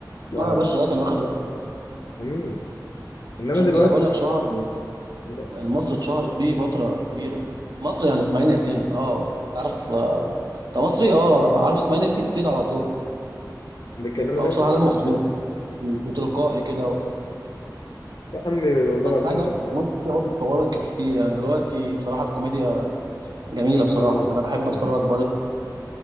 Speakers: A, on the left (about 65°); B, on the right (about 65°).
A: ف
B: اه يا باشا ده كان واخد رقم
A: مم. انما
B: عشان
A: دلوقتي
B: كده بقول لك شهر
A: لا
B: مصر اتشهرت بيه فترة كبيرة مصر يعني إسماعيل ياسين اه انت عارف آه، انت مصري اه عارف إسماعيل ياسين كده على طول
A: بيتكلموا
B: هو
A: دايما
B: بصراحة
A: هو
B: دمه
A: كان
B: خفيف
A: شايف
B: وتلقائي كده و...
A: يا عمي والله
B: بس
A: العظيم
B: عايز اقول لك الكوميديا برضه اتطورت كتير يعني دلوقتي بصراحة الكوميديا جميلة بصراحة
A: اه
B: أنا بحب
A: اه
B: أتفرج بقول